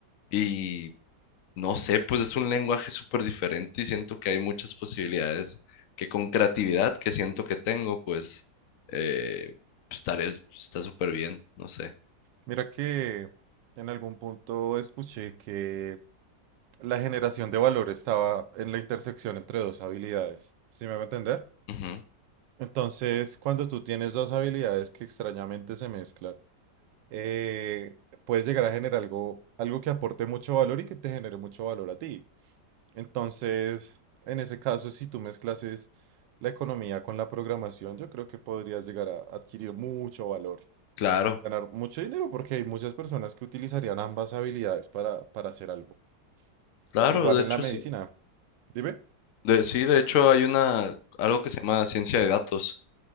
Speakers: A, on the left; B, on the right.
A: Y no sé, pues es un lenguaje súper diferente y siento que hay muchas posibilidades que con creatividad que siento que tengo, pues eh, estaré, está súper bien, no sé.
B: Mira que en algún punto escuché que la generación de valor estaba en la intersección entre dos habilidades. ¿Sí me va a entender?
A: Ujú,
B: Entonces, cuando tú tienes dos habilidades que extrañamente se mezclan, eh, puedes llegar a generar algo, algo que aporte mucho valor y que te genere mucho valor a ti. Entonces, en ese caso, si tú mezclas es la economía con la programación, yo creo que podrías llegar a adquirir mucho valor.
A: Claro,
B: Ganar mucho dinero porque hay muchas personas que utilizarían ambas habilidades para, para hacer algo.
A: claro,
B: Igual
A: de
B: en
A: hecho
B: la medicina.
A: sí.
B: Dime,
A: De, sí, de hecho hay una, algo que se llama ciencia de datos.